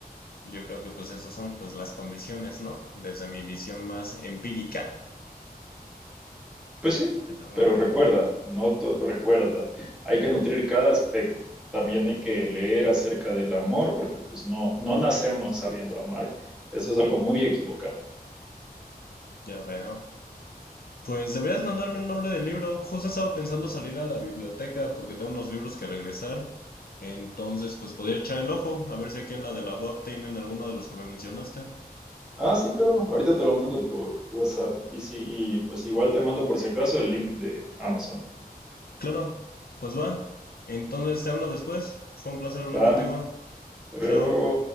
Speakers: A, on the left; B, in the centre.
A: Y Yo creo que pues esas son pues las condiciones, ¿no? Desde mi visión más empírica
B: Pues sí,
A: del amor,
B: pero recuerda, no to- recuerda, hay que nutrir cada aspecto. También hay que leer acerca del amor, porque pues no, no nacemos sabiendo amar. Eso es algo muy equivocado.
A: ya veo. Pues deberías mandarme el nombre del libro. Justo estaba pensando salir a la biblioteca porque tengo unos libros que regresar. Entonces, pues podría echar el ojo a ver si aquí en la de la UAP tienen alguno de los que me mencionaste.
B: Ah, sí, claro, ahorita te lo mando por WhatsApp. Y sí, y pues igual te mando por si acaso el link de Amazon.
A: Claro, pues va. Entonces te hablo después. Fue un placer hablar
B: Va,
A: contigo.
B: te
A: Chao.
B: veo luego.